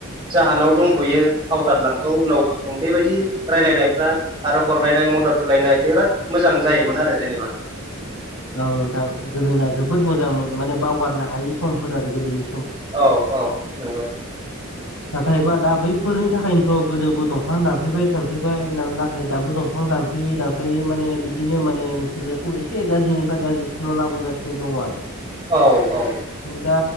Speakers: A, on the right; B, on the left.
A: जाहानाव दंथ'यो हावलाद लांथ' उनाव जों बेबायदि रायलायनायफ्रा आरो हरलायनाय मदद होलायनाय बिराद मोजां जायोमोन आरो जेनेबा
B: औ नोंथां गोदोना जोबोद मोजांमोन माने बावगारनो हायि समफोर आरो गोदोनि सम
A: औ औ नंगौ
B: नाथायबा दा बैफोरनि थाखायनोथ' गोदोबो दंफां दानफायबाय दानफायबाय नाथाय दाबो दंफां दानफायै दानफायै माने बिदिनो माने मिथिंगाखौ एसे गाज्रिनिफ्राय गाज्रिसिनआव लाबोगासिनो दङ आरो
A: औ औ
B: दा